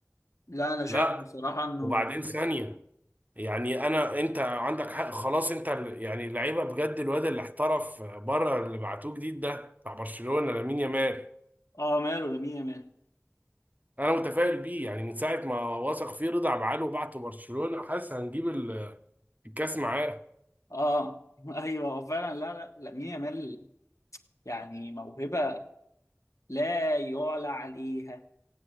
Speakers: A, on the left; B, on the right.
A: لا انا شايف
B: لا
A: بصراحه انه
B: وبعدين ثانية يعني انا انت عندك حق خلاص انت ال- يعني اللعيبه بجد الواد اللي احترف بره اللي بعتوه جديد ده بتاع برشلونة لامين يامال
A: اه ماله لامين يامال
B: انا متفائل بيه يعني من ساعه ما وثق فيه رضا عبد العال وبعته برشلونه حاسس هنجيب ال- الكاس معاه
A: اه <laughs> ايوه هو فعلا لا لا لامين يامال يعني موهبه لا يعلى عليها